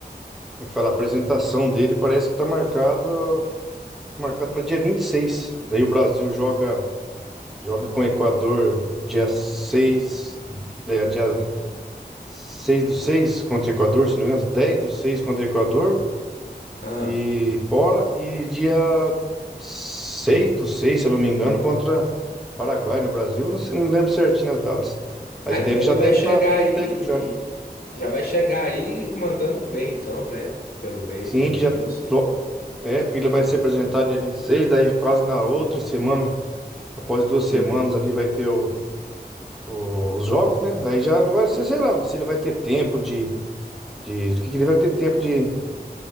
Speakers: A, in the centre; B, on the left.
A: como é que fala? A apresentação dele parece que tá marcado, tá marcado para dia 26. Daí o Brasil joga Joga com o Equador dia seis é, dia 6 do 6 contra o Equador, se não me engano, 10 do 6 contra o Equador
B: Ah,
A: e fora, e dia seis do seis se eu não me engano, contra Paraguai no Brasil, Eu não, sei- não lembro certinho as datas. Mas
B: ah, então
A: dele
B: ele
A: já deve
B: vai chegar
A: estar como
B: aí.
A: técnico já, né?
B: Já vai chegar aí mandando ver, então, né? Pelo, ve...
A: Sim,
B: pelo
A: que já
B: visto.
A: é, porque ele vai se apresentar dia vinte e seis daí quase na outra semana, após duas semanas
B: Uhum.
A: ali vai ter o o- os jogos, né? Daí já não vai ser, sei lá, não sei se ele vai ter tempo de De, de que que ele vai ter tempo de,